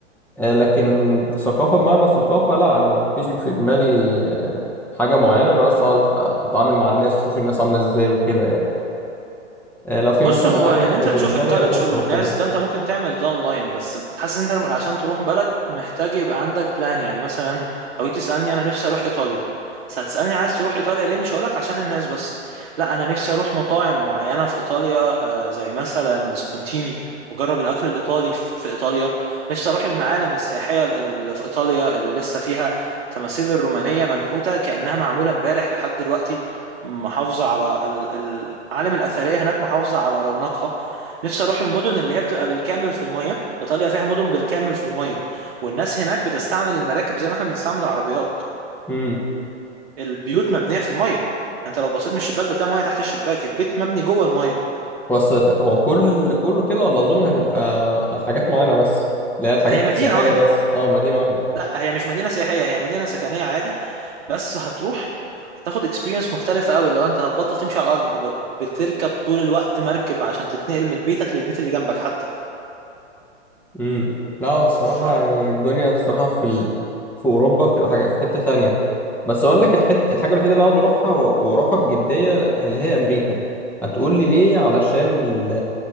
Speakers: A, in the centre; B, on the right (about 55°).
A: آه، لكن ثقافة بمعنى الثقافة لا أنا ما فيش في دماغي آه، حاجة معينة أنا بس عاوز أتعامل مع الناس أشوف الناس عاملة إزاي وكده يعني آه، لو في
B: بص
A: مثلا
B: هو
A: معالم
B: ان
A: في
B: انت
A: بريطانيا
B: تشوف الكالتشر
A: أشوفها
B: والناس
A: وكده
B: ده انت ممكن تعمل ده اونلاين بس حاسس ان انت لما- عشان تروح بلد محتاج يبقى عندك بلان يعني مثلا لو جيت تسالني انا نفسي اروح ايطاليا بس هتسالني عايز تروح ايطاليا ليه مش هقولك عشان الناس بس لا انا نفسي اروح مطاعم معينه في ايطاليا آه، زي مثلا سبونتيني واجرب الاكل الايطالي في في ايطاليا نفسي اروح المعالم السياحيه اللي في ايطاليا اللي لسه فيها تماثيل الرومانيه منحوته كانها معموله امبارح لحد دلوقتي محافظة على ال- ال- العالم الأثرية هناك محافظة على رونقها نفسي أروح المدن اللي هي بتبقى بالكامل في المية إيطاليا فيها مدن بالكامل في المية والناس هناك بتستعمل المراكب زي ما احنا بنستعمل العربيات
A: امم
B: البيوت مبنية في المية أنت لو بصيت من الشباك بتلاقي مية تحت الشباك البيت مبني جوه المية
A: بس هو كل كله كده ولا أظن هتبقى حاجات معينة بس اللي هي الحاجات
B: هي مدينة
A: السياحية
B: واحدة
A: بس أه مدينة واحدة
B: لا هي مش مدينة سياحية هي مدينة سكنية عادي بس هتروح هتاخد اكسبيرينس مختلفة قوي لو انت هتبطل تمشي على الارض انت بقى بتركب طول الوقت مركب عشان تتنقل من بيتك للبيت اللي جنبك حتى
A: امم لا الصراحة
B: ف...
A: يعني الدنيا الصراحة في ال... في أوروبا بتبقى حاجة في حتة ثانية بس أقول لك الحت... الحاجة الوحيدة اللي أنا عاوز أروحها و- وأروحها بجدية اللي هي أمريكا هتقول لي ليه علشان ال...